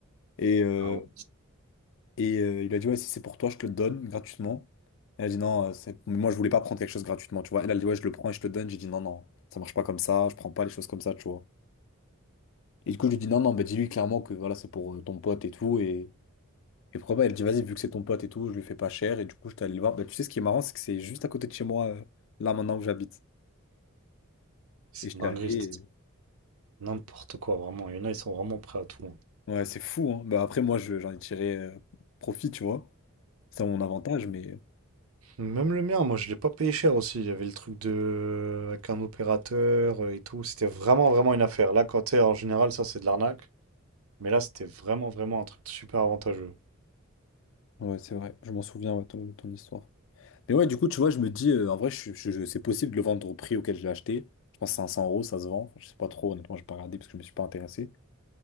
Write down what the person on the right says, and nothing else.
Ah ouais,
c'est
une dinguerie,
c'est n'importe quoi, vraiment. Il y en a, ils sont vraiment prêts à tout. hein.
Même le mien, moi, je l'ai pas payé cher aussi. Il y avait le truc de... avec un opérateur euh, et tout. C'était vraiment, vraiment une affaire. Là, quand t'es en général, ça, c'est de l'arnaque. Mais là, c'était vraiment, vraiment un truc super avantageux.